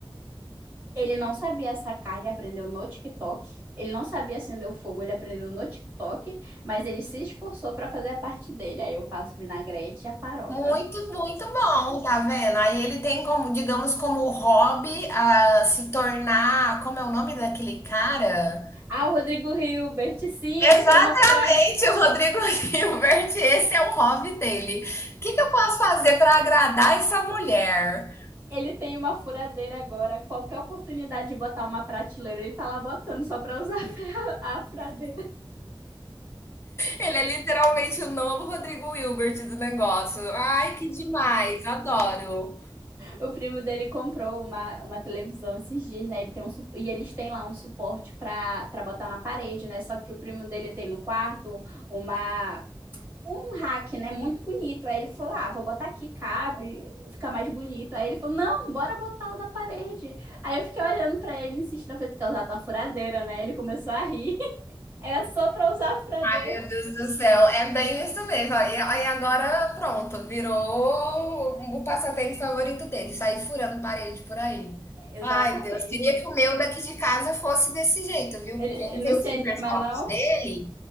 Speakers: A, on the right; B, on the left.
A: Ele não sabia sacar, ele aprendeu no TikTok. Ele não sabia acender o fogo, ele aprendeu no TikTok, mas ele se esforçou para fazer a parte dele. Aí eu faço vinagrete e a farofa.
B: Muito, muito bom, tá vendo? Aí ele tem como, digamos, como hobby a se tornar, como é o nome daquele cara?
A: Ah, o Rodrigo Hilbert, sim,
B: Exatamente,
A: ele tem uma furadeira.
B: o Rodrigo <laughs> Hilbert, esse é o hobby dele. O que que eu posso fazer para agradar essa mulher?
A: Ele tem uma furadeira agora. Qualquer oportunidade de botar uma prateleira, ele tá lá botando só para usar <laughs> a furadeira.
B: Ele é literalmente o novo Rodrigo Hilbert do negócio. Ai, que demais, adoro.
A: O primo dele comprou uma, uma televisão esses dias, né? Ele tem um, su- e eles têm lá um suporte para para botar na parede, né? Só que o primo dele tem no quarto uma um rack, né? Muito bonito. Aí ele falou: "Ah, vou botar aqui, cabe, fica mais bonito". Aí ele falou: "Não, bora botar o da parede". Aí eu fiquei olhando para ele, insistindo, eu falei: "Tu quer usar tua furadeira, né?". Ele começou a rir. <laughs> Era só para usar a furadeira.
B: Meu Deus do céu, é bem isso mesmo. Aí aí agora, pronto, virou o passatempo favorito dele, sair furando parede por aí.
A: Exatamente.
B: Ai, Deus, queria que o meu daqui de casa fosse desse jeito, viu,
A: Ele
B: porque ele
A: ele
B: tem
A: não se
B: os
A: anima,
B: hiperfocos
A: não?
B: dele.